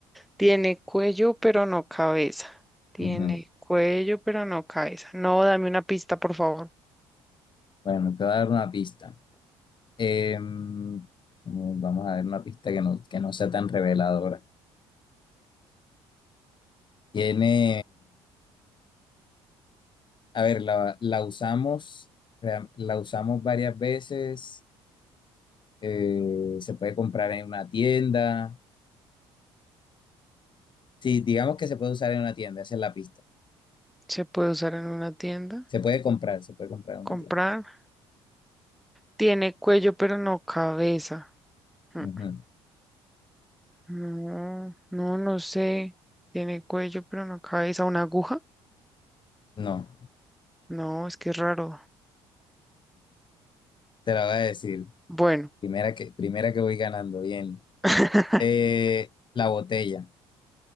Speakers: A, in the centre; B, on the left.
A: tiene cuello pero no cabeza. Tiene
B: ujú.
A: cuello pero no cabeza. No, dame una pista, por favor.
B: Bueno, te voy a dar una pista. Em, como vamos a dar una pista que no, que no sea tan reveladora. Tiene A ver, la, la usamos, rea- la usamos varias veces, eh, se puede comprar en una tienda. Sí, digamos que se puede usar en una tienda, esa es la pista.
A: ¿Se puede usar en una tienda?
B: Se puede comprar, se puede comprar en
A: ¿Comprar?
B: una tienda.
A: Tiene cuello, pero no cabeza. Mm,
B: Ujú.
A: No, no, no sé. Tiene cuello, pero no cabeza. ¿Una aguja?
B: No,
A: No, es que es raro.
B: te la voy a decir.
A: Bueno.
B: Primera que, primera que voy ganando, bien.
A: <laughs>
B: Eh, la botella.